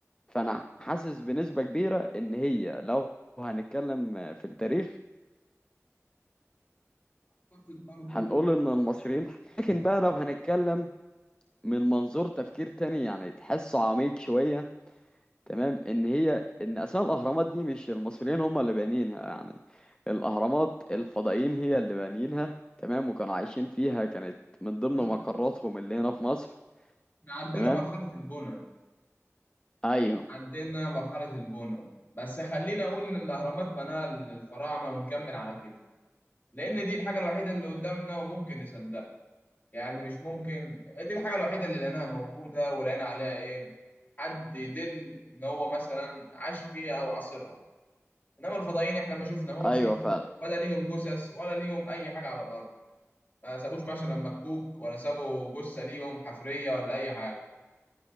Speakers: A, on the left; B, on the left.
A: فأنا حاسس بنسبة كبيرة إن هي لو هنتكلم في التاريخ
B: اعتقد برضو
A: هنقول إن المصريين لكن بقى لو هنتكلم من منظور تفكير تاني يعني تحسه عميق شوية تمام ان هي ان اساس الاهرامات دي مش المصريين هم اللي بانيينها يعني الاهرامات الفضائيين هي اللي بانيينها تمام وكانوا عايشين فيها كانت من ضمن
B: لا
A: مقراتهم اللي هنا في مصر
B: احنا عندنا
A: تمام
B: مرحلة البناء
A: ايوه
B: عندنا مرحلة البناء بس خلينا اقول ان الاهرامات بناها الفراعنة ونكمل على كده لان دي الحاجة الوحيدة اللي قدامنا وممكن نصدقها يعني مش ممكن دي الحاجة الوحيدة اللي لقيناها موجودة ولقينا عليها ايه حد يدل ان هو مثلا عاش فيها او عاصرها انما الفضائيين احنا ما شفناهمش
A: ايوه فعلا
B: ولا ليهم جثث ولا ليهم اي حاجه على الارض ما سابوش مثلا مكوك ولا سابوا جثه ليهم حفريه ولا اي حاجه